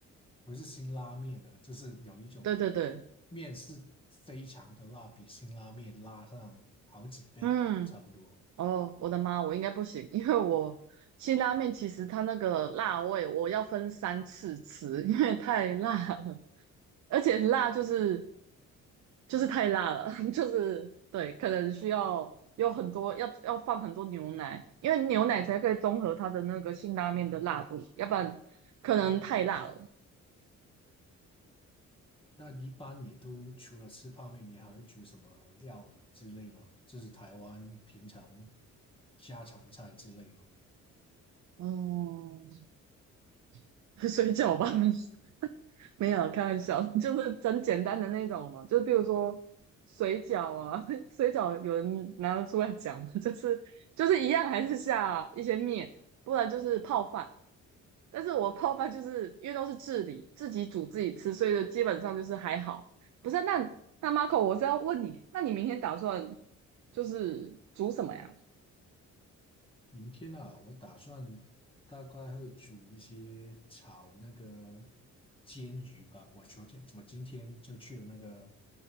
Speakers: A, on the left (about 15°); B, on the right (about 65°).
A: 不是辛拉面的，就是有一种
B: 对对对，
A: 面是非常的辣，比辛拉面辣上好几倍吧，
B: 嗯，
A: 差不多。
B: 哦，我的妈，我应该不行，因为我辛拉面其实它那个辣味，我要分三次吃，因为太辣了，而且辣就是就是太辣了，<laughs> 就是对，可能需要有很多要要放很多牛奶，因为牛奶才可以中和它的那个辛拉面的辣度，要不然可能太辣了。
A: 那一般你都除了吃泡面，你还会煮什么料理之类吗？就是台湾平常家常菜之类吗？
B: 哦，<laughs> 水饺吧，<laughs> 没有开玩笑，<laughs> 就是很简单的那种嘛，就是比如说水饺啊，<laughs> 水饺有人拿得出来讲吗，<laughs> 就是就是一样还是下一些面，不然就是泡饭。但是我泡饭就是因为都是自理，自己煮自己吃，所以就基本上就是还好。不是啊，那那 Marco，我是要问你，那你明天打算就是煮什么呀？
A: 明天啊，我打算大概会煮一些炒那个煎鱼吧。我昨天我今天就去了那个